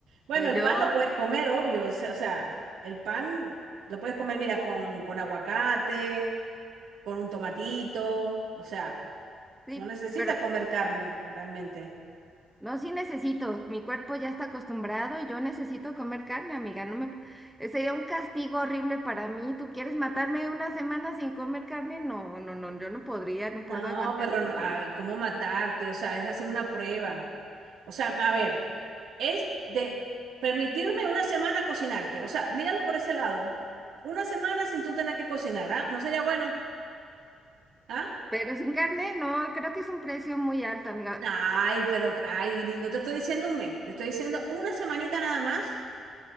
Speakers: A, on the right; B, in the centre.
A: Bueno,
B: eh,
A: el
B: yo,
A: pan lo puedes comer, obvio. O sea, o sea, el pan lo puedes comer, mira, con, con aguacate, con un tomatito. O sea,
B: sí,
A: no necesitas
B: pero
A: comer carne realmente.
B: No, sí necesito. Mi cuerpo ya está acostumbrado y yo necesito comer carne, amiga. No me... p- eh, Sería un castigo horrible para mí. ¿Tú quieres matarme una semana sin comer carne? No, no, no, yo no podría, no
A: No,
B: puedo aguantar
A: pero
B: todo
A: no, a
B: eso.
A: ver, ¿cómo matarte? O sea, es hacer una prueba. O sea, a ver, es de permitirme una semana cocinarte. O sea, míralo por ese lado. Una semana sin tú tener que cocinar, ¿ah? ¿No sería bueno? ¿Ah?
B: Pero sin carne, no, creo que es un precio muy alto, amiga.
A: Ay, pero, ay, ni- no te estoy diciendo un mes, te estoy diciendo una semanita nada más,